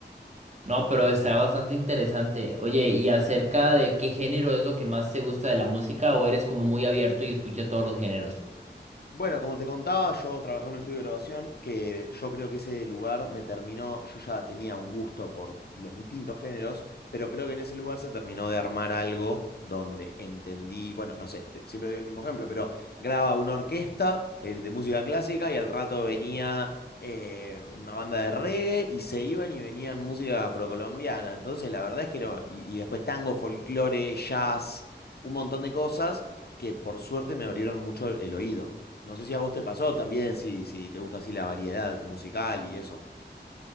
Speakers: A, on the right; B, on the left.
A: No, pero está bastante interesante. Oye, ¿y acerca de qué género es lo que más te gusta de la música o eres como muy abierto y escucha todos los géneros?
B: Bueno, como te contaba, yo trabajé en un estudio de grabación que yo creo que ese lugar me terminó, yo ya tenía un gusto por los distintos géneros, pero creo que en ese lugar se terminó de armar algo donde entendí, bueno, no sé, te- siempre doy el mismo ejemplo, pero graba una orquesta eh, de música clásica y al rato venía eh, una banda de reggae y se iban y venían música afrocolombiana. Entonces, la verdad es que era, y y después tango, folclore, jazz, un montón de cosas que por suerte me abrieron mucho el oído. No sé si a vos te pasó también, si, si te gusta así la variedad musical y eso.